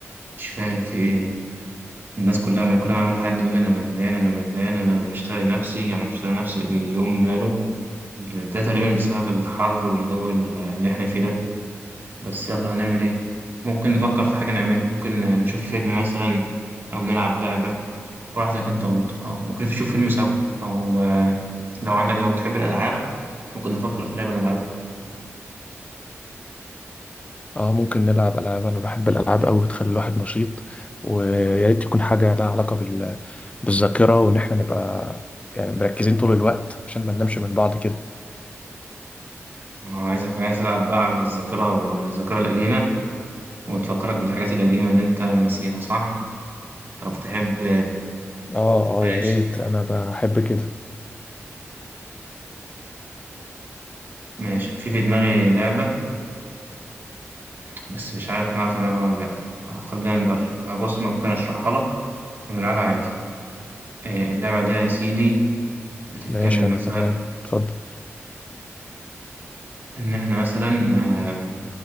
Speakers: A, on the right; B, on the left.
A: مش فاهم في إيه. الناس كلها ما كل ما أقابل حد يقول أنا ملان أنا ملان أنا مش طايق نفسي أنا مش طايق نفسي اليوم ماله ده, ده تقريبا بسبب الحر والجو ال- اللي إحنا فيه ده بس يلا هنعمل إيه؟ ممكن نفكر في حاجة نعملها ممكن نشوف فيلم مثلا أو نلعب لعبة براحتك أنت برضه أو ممكن نشوف فيلم سوا أو آه، لو عندك لو بتحب الألعاب ممكن نفكر في لعبة نلعبها.
B: اه ممكن نلعب ألعاب أنا بحب الألعاب أوي بتخلي الواحد نشيط ويا ريت تكون حاجة لها علاقة بال... بالذاكرة وإن احنا نبقى يعني مركزين طول الوقت عشان ما ننامش من بعض كده
A: أنا عايزك عايز تلعب بقى على الذاكرة الذاكرة القديمة وتفكرك بالحاجات القديمة اللي أنت ناسيها صح؟ طب تحب
B: اه
A: ماشي
B: اه يا ريت أنا بحب كده
A: ماشي في في دماغي لعبة بس مش عارف نعرف نلعبها ولا لأ طب خلينا نجرب بص ممكن أشرحها لك ونلعبها عادي إيه، اللعبة دي يا سيدي بتتكلم
B: ماشي أنا
A: مثلا
B: تمام اتفضل
A: إن إحنا مثلا آه،